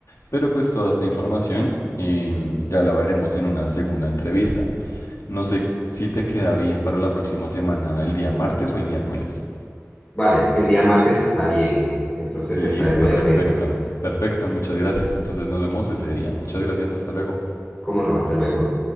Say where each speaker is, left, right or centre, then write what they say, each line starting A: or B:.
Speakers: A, on the left; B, on the left.
A: Pero pues toda esta información em, ya la veremos en una segunda entrevista. No sé si te queda bien para la próxima semana, el día martes o el miércoles.
B: Vale, el día martes está bien, entonces
A: Listo,
B: estaré muy atento.
A: perfecto. Perfecto, muchas gracias. Entonces nos vemos ese día. Muchas gracias, hasta luego.
B: ¿Cómo no? Hasta luego.